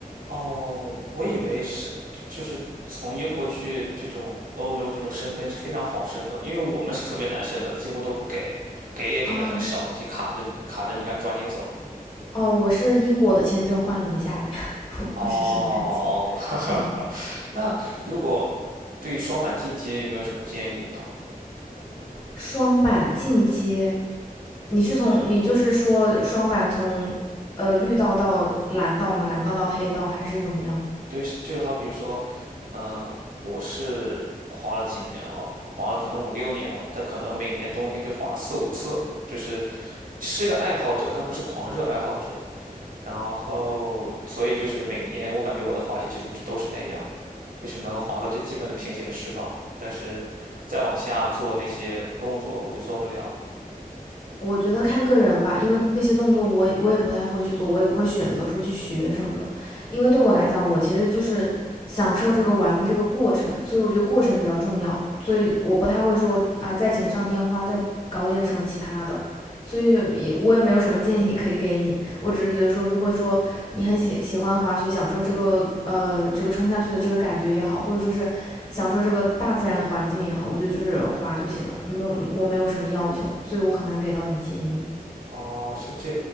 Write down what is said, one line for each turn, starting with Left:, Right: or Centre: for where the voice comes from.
Right: 哦，我以为是，就是从英国去这种欧洲这种申根是非常好申的，因为我们是特别难申的，几乎都不给，给也给的很少，
Left: 哦
Right: 就卡着你卡着你，让你抓紧走。
Left: 哦，我是英国的签证换了没下来，<laughs>
Right: 哦，
Left: 不是申根签。
Right: <laughs> 哈哈哈。
Left: 嗯，
Right: 那如果对于双板进阶有没有什么建议呢？
Left: 双板进阶，你是从你就是说双板从呃绿道到蓝道吗？蓝道到黑道还是怎么样？
Right: 对，就好比如说，嗯、我是滑了几年了，滑了可能五六年了，但可能每年冬天就滑四五次，就是是个爱好者，但不是狂热爱好者。然后，所以就是每年我感觉我的滑雪技术就都是那样，就是能滑个最基本的平行式吧。但是再往下做那些动作，我就做不了。
Left: 我觉得看个人吧，因为那些动作我也我也不太会去做，我也不会选择说去学什么的，因为对我来讲，我其实就是享受这个玩的这个过程，所以我觉得过程比较重要，所以我不太会说啊再锦上添花，再搞点什么其他的，所以也我也没有什么建议可以给你，我只是觉得说，如果说你很喜喜欢滑雪，享受这个呃这个冲下去的这个感觉也好，或者说是享受这个大自然的环境也好，我觉得就是滑就行了，没有我没有什么要求，所以我很难给到你建议
Right: 哦，是这，